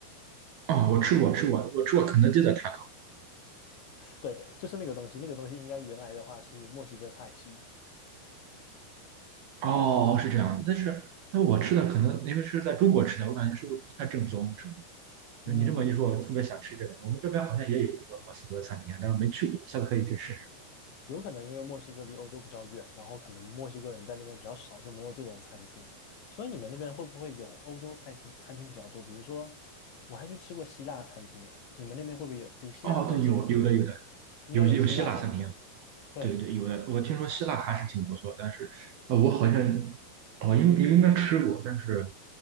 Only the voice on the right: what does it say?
哦，我吃过吃过，我吃过肯德基的 taco。
哦，
是这样，但是那我吃的可能因为是在中国吃的，我感觉是不是不太正宗，是吗？
你这么一说，我特别想吃这个。我们这边好像也有这个墨西哥餐厅啊，但是没去过，下次可以去试试。
哦，对，有有的有的，
有有希腊餐厅啊。
对对，有的。我听说希腊还是挺不错，但是呃，我好像我应应该吃过，
但是